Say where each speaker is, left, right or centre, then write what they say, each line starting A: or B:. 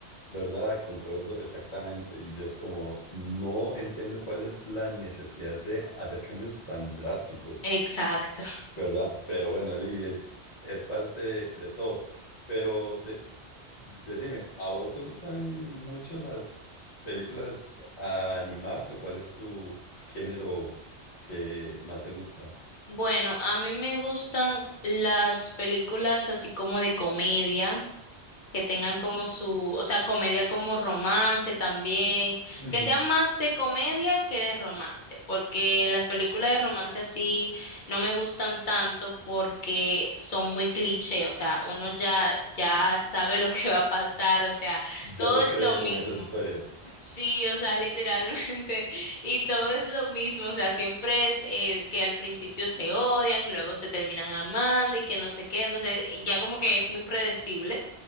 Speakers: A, on the left; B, on the left.
A: ¿verdad? Concuerdo exactamente. Y yo es como, no entiendo cuál es la necesidad de hacer cambios tan drásticos.
B: Exacto.
A: ¿verdad? Pero bueno, di, es, es parte de todo. Pero de- decime, ¿a vos te gustan mucho las películas animadas o cuál es tu género que más te gusta?
B: Bueno, a mí me gustan las películas así como de comedia, que tengan como su, o sea, comedia como romance también,
A: Ujú.
B: que sean más de comedia que de romance, porque las películas de romance así no me gustan tanto porque son muy cliché, o sea, uno ya ya sabe lo que va a pasar, o sea,
A: Ya
B: todo
A: no
B: es
A: cree
B: lo mismo.
A: con esas historias.
B: Sí, o sea, literalmente. <laughs> Y todo es lo mismo, o sea, siempre es eh, que al principio se odian, luego se terminan amando y que no sé qué, entonces eh, ya como que es muy predecible.